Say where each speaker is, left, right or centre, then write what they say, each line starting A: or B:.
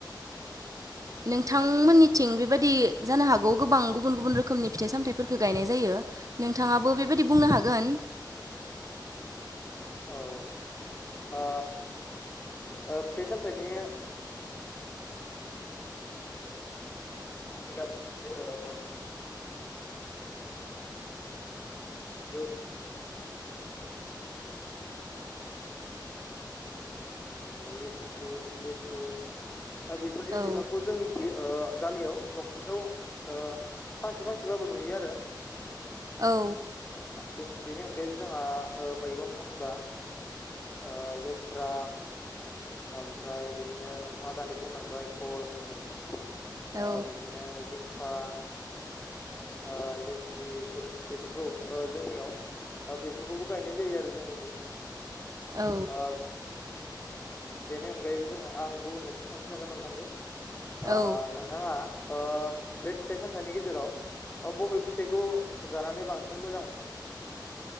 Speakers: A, on the right; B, on the left.
A: नोंथांमोननिथिं बेबायदि जानो हागौ गोबां गुबुन गुबुन रोखोमनि फिथाइ सामथाइफोरखौ गायनाय जायो। नोंथाङाबो बेबायदि बुंनो हागोन
B: औ ओ ओ फिथाइ सामथायनि बिदिनो जौ लिथुखु लिसु दा बेफोरनि
A: औ
B: बिफांखौ जोंनिखि ओ गामियाव न'खरसेयाव ओ फांसे फांसेबाबो नुयो आरो
A: औ
B: बे-बेनि अनगायैबो जोंहा ओ मैगं होनबा ओ लेस्रा आम फ्राय बिदिनो नोंथाङा दानि बुंलांबाय फल ओ
A: औ
B: बिदिनो जिंखा ओ लेस्रिफोर बेफोरखौ ओ जोंनियाव ओ बेफोरखौबो गायनाय जायो आरो जोंनिखै
A: औ
B: ओ बेनि अनगायैबो जोङो आं गुबुन मोनसे सोंथि सानगोन नोंथांखौ
A: औ
B: ओ नोंथाङा ओ बे फिथाइ सामथाइनि गेजेराव अ बबे फिथाइखौ जानानै बांसिन मोजां मोनो।